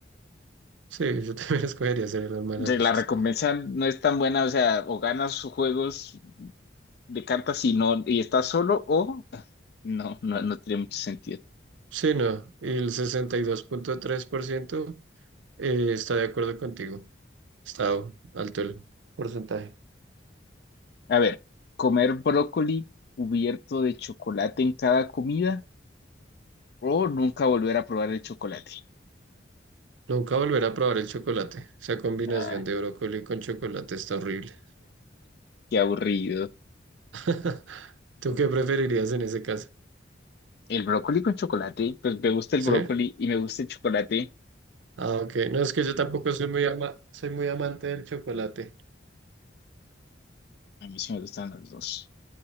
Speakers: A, on the right; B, on the left.
A: Sí, yo también <laughs> escogería ser el alma de
B: De
A: la fiesta.
B: La recompensa no es tan buena, o sea, o ganas juegos de cartas y no, y estás solo o no, no, no tiene mucho sentido.
A: Sí, no, y el 62.3% eh, está de acuerdo contigo. Está alto el porcentaje.
B: A ver, comer brócoli cubierto de chocolate en cada comida o nunca volver a probar el chocolate.
A: Nunca volver a probar el chocolate. Esa combinación
B: Ah,
A: de brócoli con chocolate está horrible.
B: qué aburrido.
A: <laughs> ¿Tú qué preferirías en ese caso?
B: El brócoli con chocolate, pues me gusta el
A: ¿Sí?
B: brócoli y me gusta el chocolate.
A: Ah, ok. No, es que yo tampoco soy muy ama- soy muy amante del chocolate.
B: A mí sí me gustan los dos.